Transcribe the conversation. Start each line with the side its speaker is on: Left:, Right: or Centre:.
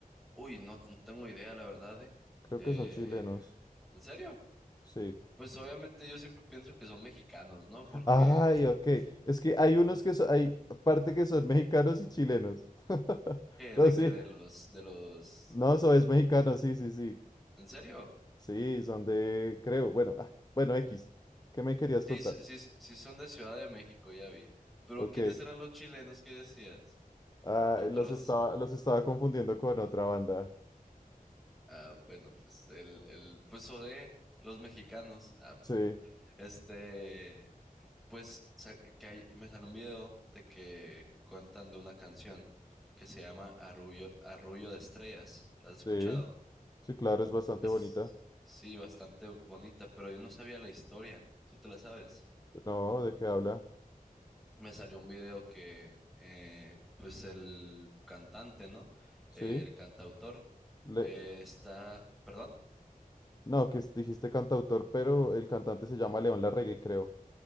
Centre: Uy, no, no tengo idea, la verdad. eh.
Left: Creo
Centre: Eh,
Left: que son chilenos,
Centre: ¿en serio?
Left: sí.
Centre: Pues obviamente yo siempre pienso que son mexicanos, ¿no? Porque,
Left: Ay,
Centre: <laughs>
Left: ok. Es que hay unos que son, hay parte que son mexicanos y chilenos. <laughs>
Centre: ¿qué?
Left: No,
Centre: ¿De
Left: sí.
Centre: que De los, de los...
Left: No, eso es mexicano, sí, sí, sí.
Centre: ¿En serio?
Left: Sí, son de, creo, bueno, ah, bueno, X. ¿Qué me querías
Centre: Sí,
Left: contar?
Centre: s- sí, s- sí son de Ciudad de México, ya vi. Pero
Left: Ok.
Centre: ¿quiénes eran los chilenos que decías?
Left: Ah,
Centre: Otros.
Left: los estaba, los estaba confundiendo con otra banda.
Centre: Ah, bueno, pues el, el, pues o de los mexicanos. Ah,
Left: Sí,
Centre: pero- este... Pues sa- que hay- me sale un video de que cuentan de una canción que se llama Arrullo, Arrullo de Estrellas. ¿La has escuchado?
Left: sí, sí, claro, es bastante
Centre: Es,
Left: bonita.
Centre: sí, bastante bonita, pero yo no sabía la historia. ¿Tú te la sabes?
Left: No, ¿de qué habla?
Centre: Me salió un video que, eh, pues el cantante, ¿no?
Left: Sí.
Centre: El cantautor
Left: le-
Centre: eh, está, ¿perdón?
Left: no, que dijiste cantautor, pero el cantante se llama León Larregui, creo.